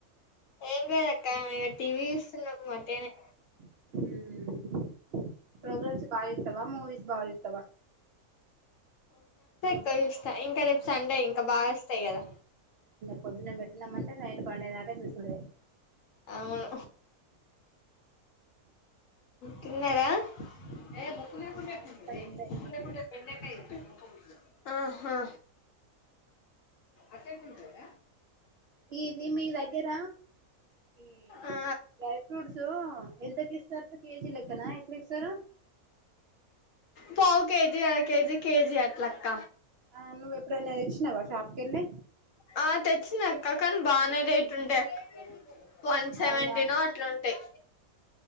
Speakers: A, on the left; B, on the right.
A: ఏం లేదు అక్క. ఇగా టీవీ చూస్తున్నాము. వటిగానే
B: మ్మ్ ప్రోగ్రామ్స్ బాగా చూత్తవా, మూవీస్ బాగా చూత్తవా.
A: ట్సే చూస్తా. ఇంకా రేపు సండే ఇంకా బాగోస్తాయి. గదా
B: పొద్దున్నే పెట్టిన్నామంటే నైట్ పండే దకా సుస్ ప్పుడే
A: అవును తిన్నారా ఏ బుకులే
B: తిన్నారా
A: కుండెకుంటే
B: ఇంత ముందే
A: బుకు కుండె పెళ్ెకాయ ఎస్త ఆహా అక్కే చల్పోద
B: ఇది మీ దగ్గర ఈ
A: ఆ
B: డ్రై ఫ్రూట్స్ ఎంతకి ఇస్తారు. కేజీ లెక్కనా ఎట్లీస్తారు.
A: పావు కేజీ, అర కేజీ, కేజీ అట్లక్క.
B: ఆ నువ్వు ఎప్పుడైనా తెచ్చినావా షాప్ కెళ్ళి
A: ఆహ్ తెత్ చినాక్క కాని బాగానే రేట్ ఉంటయాక్. వన్ సెవెంటీనో
B: అవునా
A: అట్లుంటాయి.